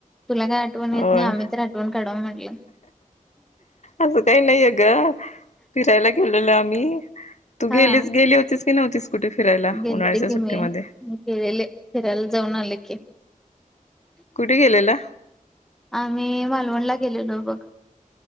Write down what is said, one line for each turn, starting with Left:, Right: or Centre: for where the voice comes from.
Centre: तुला काय आठवण येत
Left: होय
Centre: नाही आम्ही तर आठवण काढावं म्हटलं
Left: असं काही नाहीये ग फिरायला गेलेलो आम्ही तू
Centre: ह.
Left: गेलीच
Centre: हा
Left: गेली होतीस की नव्हतीस कुठे फिरायला
Centre: गेलते
Left: उन्हाळ्याच्या
Centre: की
Left: सुट्टीमध्ये
Centre: मी गेलेले फिरायला जाऊन आले की
Left: कुठे गेलेला
Centre: आम्ही मालवणला गेलेलो बघ.